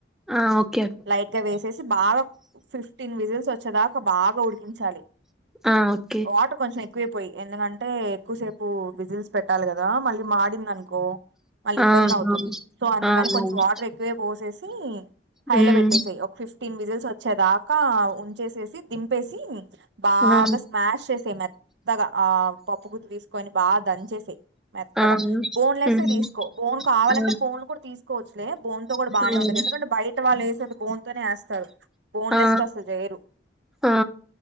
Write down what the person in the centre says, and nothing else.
ఆ! ఓకే.
ఆ! ఓకే.
ఆ!
అవును.
ఆ!
అవును.
హ్మ్.
ఆ!
ఆ!
హ్మ్.
ఆ!
అవును.
ఆ!
ఆ!